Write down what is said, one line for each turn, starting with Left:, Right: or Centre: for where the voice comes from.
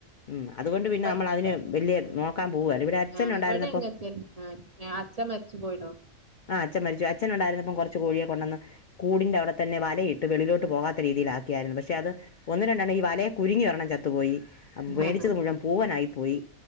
Left: ഉം അതുകൊണ്ട് പിന്നെ
Right: പ
Left: നമ്മൾ അതിന് വലിയ
Right: ഉം
Left: നോക്കാൻ പോവുകയല്ല ഇവിടെ അച്ഛൻ
Right: ആ
Left: ഉണ്ടായിരുന്നപ്പം
Right: ഇവിടെ അങ്ങനത്തെന്നെ ആ ച്ചൻ മരിച്ചു പോയിണോ?
Left: ആഹ് അച്ഛൻ മരിച്ചു അച്ഛനുണ്ടായിരുന്നപ്പം കൊറച്ച് കോഴിയെ കൊണ്ടുവന്ന് കൂടിന്റെ അവിടെത്തന്നെ വലയിട്ടു വെളിലോട്ട് പോകാത്ത രീതിയിലാക്കിയായിരുന്നു പക്ഷെ അത് ഒന്ന്‌ രണ്ടെണ്ണം ഈ വലേ കുരുങ്ങി ഒരെണ്ണം ചത്തുപോയി
Right: ഉം
Left: മേടിച്ചത് മുഴുവൻ പൂവനായി പോയി